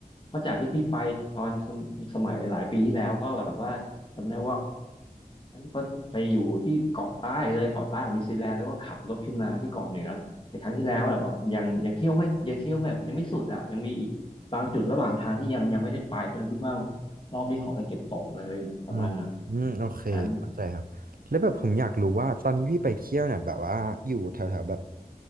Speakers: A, on the left; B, on the right.
A: เพราะจากที่พี่ไปตอนสมสมัยหลายปีที่แล้วก็แบบว่าจำได้ว่าก็ไปอยู่ที่เกาะใต้เลยเกาะใต้ของนิวซีแลนด์แล้วก็ขับรถขึ้นมาที่เกาะเหนือแต่ครั้งที่แล้วอะแบบยังยังเที่ยวไม่ยังเที่ยวแบบยังไม่สุดอ่ะยังมีอีกบางจุดระหว่างทางที่ยังยังไม่ได้ไปก็เลยคิดว่ารอบนี้ขอไปเก็บตกเลยประมาณน
B: อืมอืมโอเคเข้าใจครับ
A: ั้น
B: แล้วแบบผมอยากรู้ว่าตอนที่พี่ไปเที่ยวเนี่ยแบบว่าอยู่แถวแถวแบบ